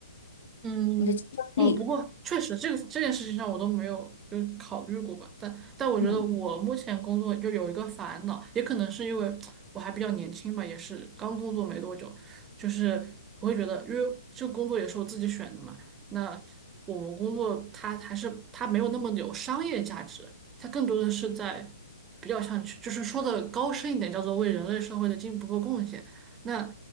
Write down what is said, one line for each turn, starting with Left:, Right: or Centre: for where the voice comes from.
Right: 嗯，
Left: 你的竞争力，
Right: 哦，不过确实这个这件事情上我都没有就考虑过吧，但但我觉得我目前工作就有一个烦恼，
Left: 嗯
Right: 也可能是因为我还比较年轻吧，也是刚工作没多久，就是我会觉得，因为这个工作也是我自己选的嘛，那我们工作它还是它没有那么有商业价值，它更多的是在比较像就是说的高深一点，叫做为人类社会的进步做贡献，那